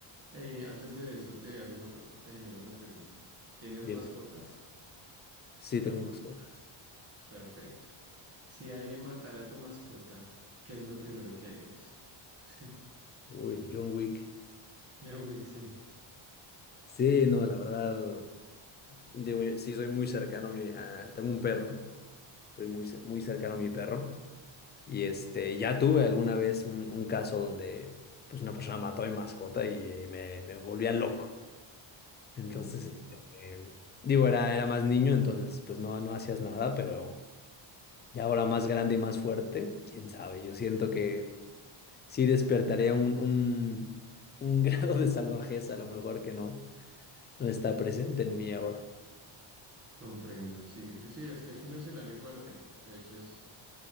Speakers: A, on the right (about 30°); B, on the left (about 25°).
A: Eh, antes de eso te hago una, pre- te genero una pregunta. ¿Tienes
B: Dime.
A: mascotas?
B: Sí, tengo mascotas.
A: Perfecto. Si alguien matara a tu mascota, ¿qué es lo primero que harías? <laughs>
B: Uy, John Wick.
A: John Wick, sí.
B: Sí, no, la verdad, digo, sí soy muy cercano a mi, a- tengo un perro. soy muy, ce- muy cercano a mi perro. Y este, ya tuve alguna vez un, un caso donde pues una persona mató a mi mascota y eh, me, me volvía loco. Entonces,
A: Ok.
B: este, eh, digo, era, era más niño, entonces pues no, no hacías nada, pero ya ahora más grande y más fuerte, quién sabe, yo siento que sí despertaría un, un, un <laughs> grado de salvajeza a lo mejor que no, no está presente en mí ahora.
A: Comprendo, sí, sí, es que es un escenario fuerte. De hecho, es